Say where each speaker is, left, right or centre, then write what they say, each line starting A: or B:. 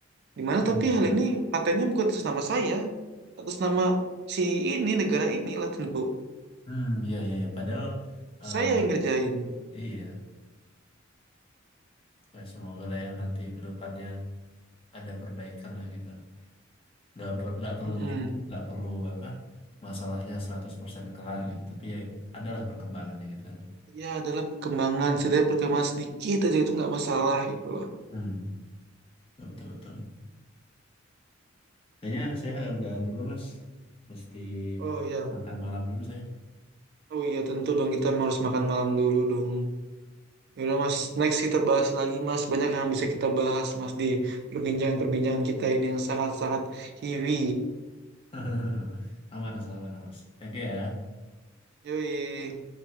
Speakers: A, on the right (about 55°); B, on the left (about 30°).
A: Di mana
B: Hmm,
A: tapi hal ini patennya bukan atas nama saya, atas nama si ini negara inilah tentu.
B: hmm, iya iya iya. Padahal eh,
A: Saya yang ngerjain.
B: iya, Nah, semoga lah ya nanti ke depannya ada perbaikan lah gitu. nggak ber- nggak perlu
A: Mm-mm.
B: ini nggak perlu apa masalahnya 100% kelar gitu tapi ya adalah perkembangannya gitu kan
A: Ya adalah perkembangan, setidaknya perkembangan sedikit aja itu nggak masalah gitu loh.
B: hmm betul betul betul. kayaknya saya udahan dulu mas mesti
A: Oh ya,
B: makan malam dulu saya
A: oh iya tentu dong kita harus makan malam dulu dong. Ya udah Mas, next kita bahas lagi Mas. Banyak yang bisa kita bahas Mas di perbincangan-perbincangan kita ini yang sangat-sangat heavy.
B: <laughs> aman mas aman mas thank you ya
A: Yoi.